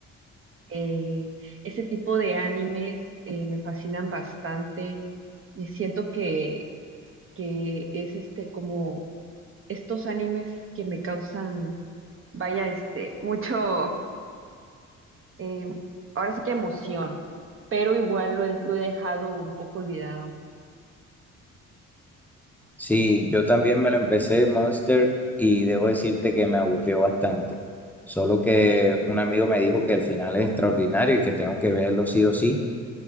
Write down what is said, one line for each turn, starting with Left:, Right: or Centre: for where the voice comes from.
Right: Eh, ese tipo de animes eh, me fascinan bastante y siento que, que es este como estos animes que me causan, vaya, este, mucho eh, ahora sí que emoción, pero igual lo he, lo he dejado un poco olvidado.
Centre: Sí, yo también me lo empecé Monster y debo decirte que me aburrió bastante. Solo que un amigo me dijo que el final es extraordinario y que tengo que verlo sí o sí.